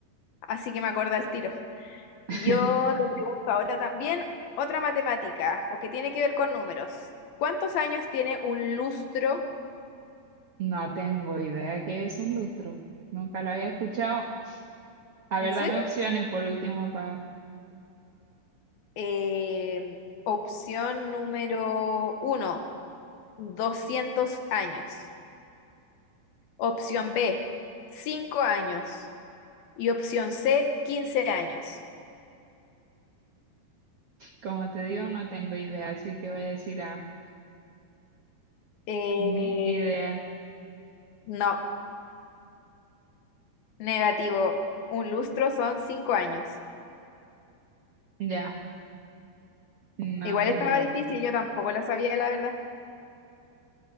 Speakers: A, on the left; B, on the right.
A: así que me acuerdo al tiro. Y
B: <laughs>
A: yo te pregunto ahora también otra matemática, o que tiene que ver con números. ¿Cuántos años tiene un lustro?
B: No tengo idea qué es un lustro. Nunca lo había escuchado. A
A: ¿En
B: ver,
A: serio?
B: dame opciones por último para...
A: Eh, opción número uno, 200 años. Opción B, 5 años. Y opción C, quince años.
B: Como te digo, no tengo idea, así que voy a decir A.
A: Eh,
B: Ni idea.
A: no, negativo. Un lustro son cinco años.
B: Ya, no
A: Igual
B: tengo
A: estaba
B: idea.
A: difícil, yo tampoco la sabía, la verdad.